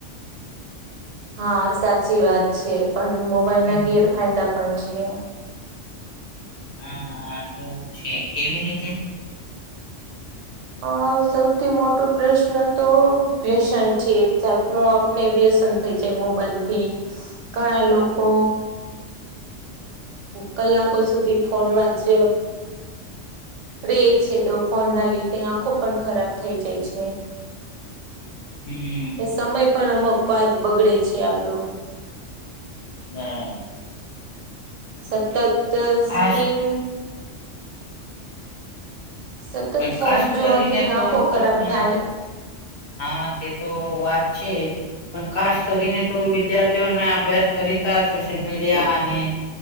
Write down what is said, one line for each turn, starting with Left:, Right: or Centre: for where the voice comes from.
Right: હા સાચી વાત છે પણ મોબાઈલ
Left: હમ્મ
Right: ના ગેરફાયદા પણ છે.
Left: હા તો છે કેવી રીતે
Right: હ સૌથી મોટો પ્રશ્ન તો વ્યસન છે એક જાતનું ને વ્યસન થઈ જાય મોબાઈલથી ઘણા લોકો કલાકો સુધી ફોનમાં જે રે છે તો ફોન ના લીધે આંખો પણ ખરાબ થઈ જાય છે.
Left: હમ્મ.
Right: ને સમય પણ અમુક વાર બગડે છે આપણો.
Left: હા.
Right: સતત
Left: ખાસ
Right: સ્ક્રીન સતત
Left: પણ
Right: ફોન
Left: ખાસ કરીને
Right: જોવાથી
Left: તો
Right: આંખો
Left: તમે
Right: ખરાબ થાય
Left: હા તે તો વાત છે. પણ ખાસ કરીને તો વિદ્યાર્થીઓને અભ્યાસ કરતા સોશિયલ મીડિયા અને